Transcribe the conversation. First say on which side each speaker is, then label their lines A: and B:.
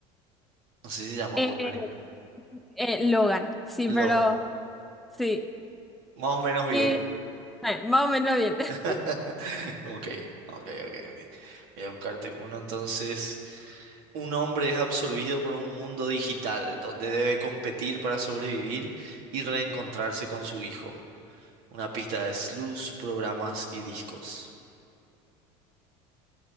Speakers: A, on the right; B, in the centre.
A: No sé si se llama
B: Eh,
A: Wolverine, ¿no?
B: eh, Logan, sí,
A: Logan.
B: pero sí.
A: Más o menos bien.
B: Que, eh, más o menos bien.
A: <laughs>
B: <laughs>
A: Ok, ok, ok, ok. Voy a buscarte uno entonces. Un hombre es absorbido por un mundo digital donde debe competir para sobrevivir y reencontrarse con su hijo. Una pista de luz, programas y discos.